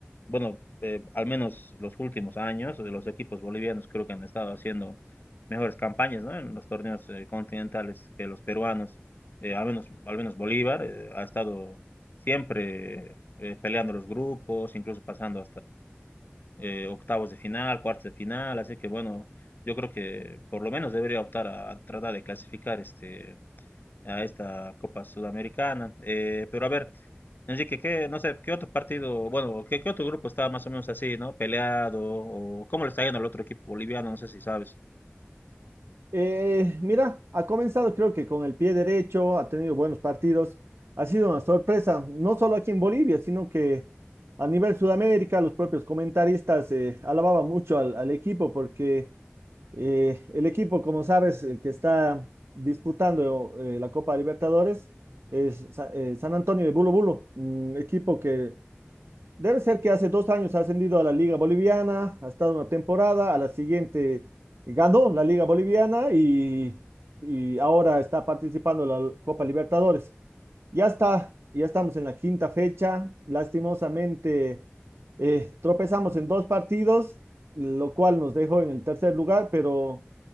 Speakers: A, on the left; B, on the right.
A: bueno, eh, al menos los últimos años de los equipos bolivianos creo que han estado haciendo mejores campañas, ¿no? En los torneos eh, continentales que los peruanos. Eh, al menos, al menos Bolívar eh, ha estado siempre eh, peleando los grupos, incluso pasando eh, octavos de final, cuartos de final, así que bueno, yo creo que por lo menos debería optar a, a tratar de clasificar este, a esta Copa Sudamericana. Eh, pero a ver, Enrique, ¿qué, no sé, qué otro partido, bueno, qué, qué otro grupo está más o menos así, ¿no? Peleado, o cómo le está yendo al otro equipo boliviano, no sé si sabes.
B: Eh, mira, ha comenzado creo que con el pie derecho, ha tenido buenos partidos, ha sido una sorpresa, no solo aquí en Bolivia, sino que a nivel Sudamérica, los propios comentaristas eh, alababan mucho al, al equipo porque eh, el equipo, como sabes, el que está disputando eh, la Copa Libertadores es Sa- eh, San Antonio de Bulo Bulo, un equipo que Debe ser que hace dos años ha ascendido a la Liga Boliviana, ha estado una temporada, a la siguiente ganó la Liga Boliviana y, y ahora está participando en la Copa Libertadores. Ya está, ya estamos en la quinta fecha, lastimosamente eh, tropezamos en dos partidos, lo cual nos dejó en el tercer lugar, pero